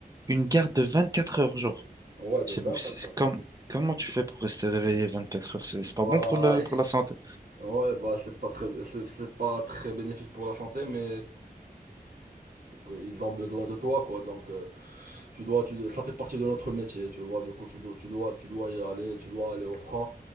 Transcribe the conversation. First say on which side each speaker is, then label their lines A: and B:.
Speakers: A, on the right (about 20°); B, on the right (about 65°).
A: une garde de 24 heures jour.
B: une. Ouais, de
A: C'est
B: 24
A: beau. C'est c'est
B: heures.
A: comme, comment tu fais pour rester réveillé 24 heures? C'est
B: Bah,
A: c'est pas bon pour le,
B: <laughs>
A: pour la santé.
B: ouais, bah c'est pas très, c'est c'est pas très bénéfique pour la santé, mais que Ils ont besoin de toi, quoi. Donc, euh, tu dois, tu, ça fait partie de notre métier, tu vois. Du coup, tu dois, tu dois, tu dois y aller, tu dois aller au franc.